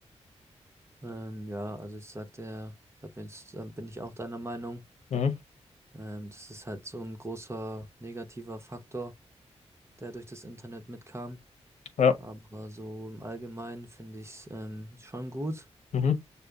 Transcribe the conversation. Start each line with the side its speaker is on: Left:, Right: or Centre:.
Right: ähm, ja, also ich sagte ja, da bin ich, da bin ich auch deiner Meinung.
Left: Mhm.
Right: Ähm, das ist halt so ein großer negativer Faktor, der durch das Internet mitkam.
Left: Ja.
Right: Aber so im Allgemeinen finde ich es ähm, schon gut.
Left: Mhm.